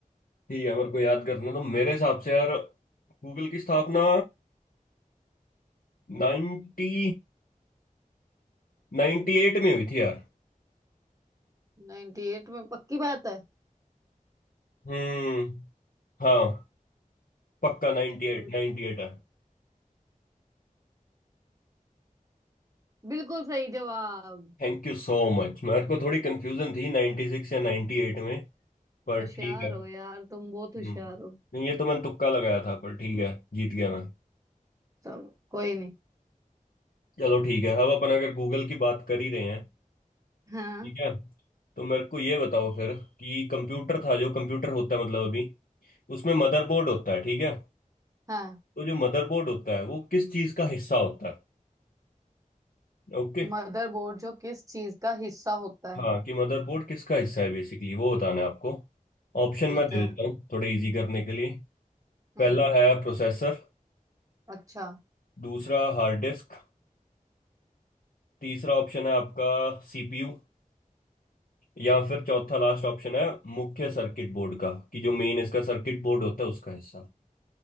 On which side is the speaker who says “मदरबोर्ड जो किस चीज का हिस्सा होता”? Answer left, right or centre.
Right